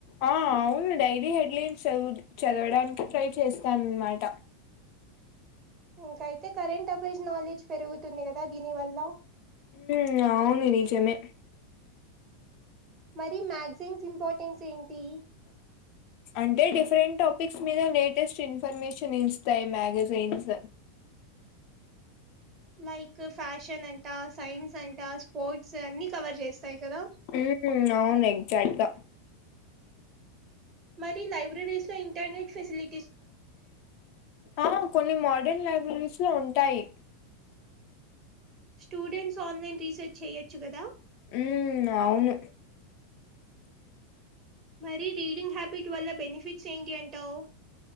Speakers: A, on the left; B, on the right.
A: ఆ అవును డైరీ హెడ్లైన్స్ చదువు చదవడానికి ట్రై చేస్తాన అనమాట
B: ఇంకాయితే కరెంట్ అఫెర్స్ నాలెడ్జ్ పెరుగు తుంది కదా దీని వల్ల
A: మ్మ్ అవును నిజమే
B: మరి మ్యాగ్జైన్స్ ఇంపార్టెన్స్ ఏంటి
A: అంటే డిఫరెంట్ టాపిక్స్ మీద లేటెస్ట్ ఇన్ఫర్మేషన్ ఇస్తాయి మ్యాగజైన్స్
B: లైక్ ఫ్యాషన్ అంట సైన్స్ అంటా స్పోర్ట్స్ అన్ని కవర్ చేస్తాయి కదా
A: హ అవును ఎగజాక్ట్గా
B: మరి లైబ్రరీస్ లో ఇంటర్నేెట్ ఫెసిలిటీ
A: ఆ కొన్ని మోడర్న్ లైబ్రరీస్ లో ఉంటాయి
B: స్టూడెంట్స్ ఆన్లైన్ రీసెర్చ్ చెయొచ్చు కదా
A: ఉమ్ అవును
B: మరి రీడింగ్ హ్యాబిట్ వల్ల బెనిఫిట్స్ ఏంటి అంటావు